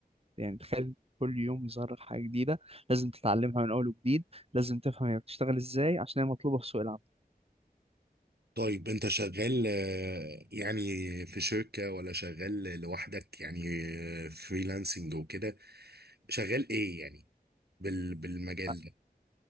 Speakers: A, on the right (about 40°); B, on the right (about 85°).
A: يعني تخيل كل يوم يظهر لك حاجة جديدة لازم تتعلمها من اول وجديد لازم تفهم هي بتشتغل ازاي عشان هي مطلوبة في سوق العمل
B: طيب انت شغال آه، يعني في شركة ولا شغال لوحدك يعني فريلانسنج وكده شغال ايه يعني بال بالمجال
A: أ-
B: ده